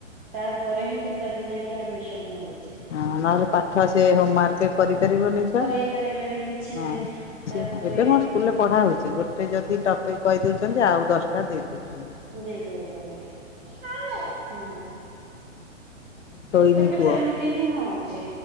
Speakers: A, on the right; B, on the left.
A: ତାପରେ ହିଁ ପିଲାକୁ ଯାଇକି ଆଡମିସନ ମିଳୁ
B: ହଁ ନହେଲେ ପାଠ ସେ ହୋମୱାର୍କ କରିପାରିବ ନିଛ
A: କରେଇ ପାରିବେନି କିଛି
B: ହଁ
A: ନାହିଁ ତାପରେ
B: ସଏ ଏବେ ମୋ ସ୍କୁଲରେ ପଢା ହଉଛି ଗୋଟେ ଯଦି ଟପିକ କହିଦଉଛନ୍ତି ଆଉ ଦଶଟା ଦେଇଦଉଛନ୍ତି।
A: ଦେଇ ଦଉଛନ୍ତି <unintelligible>
B: ଶୋଇନି
A: ଏବେ
B: ପୁଅ
A: ସେମିତି ହିଁ ହଉଛି